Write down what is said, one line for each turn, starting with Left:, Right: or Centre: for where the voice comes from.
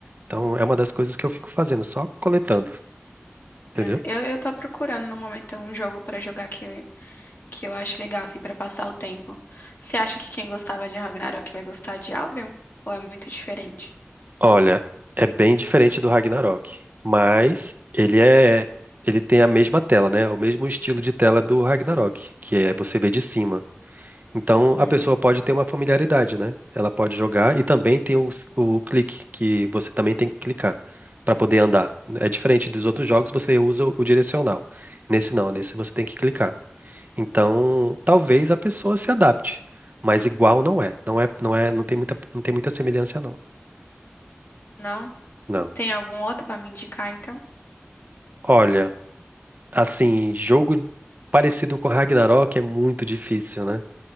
Right: Então, é uma das coisas que eu fico fazendo, só coletando, entendeu?
Left: É, eu, eu tô procurando no momento um jogo pra jogar que, eu- que eu acho legal, assim, pra passar o tempo. Você acha que quem gostava de Ragnarok vai gostar de Albion? Ou é muito diferente?
Right: Olha, é bem diferente do Ragnarok, mas ele é, ele tem a mesma tela, né? O mesmo estilo de tela do Ragnarok, que é você vê de cima. Então a
Left: Aham.
Right: pessoa pode ter uma familiaridade, né? Ela pode jogar e também tem o, o clique, que você também tem que clicar para poder andar. É diferente dos outros jogos, você usa o o direcional. Nesse não, nesse você tem que clicar. Então, talvez a pessoa se adapte, mas igual não é. Não é, não é, não tem muita, não tem muita semelhança, não.
Left: Não?
Right: Não.
Left: Tem algum outro pra me indicar, então?
Right: Olha. Assim, jogo parecido com Ragnarok é muito difícil, né?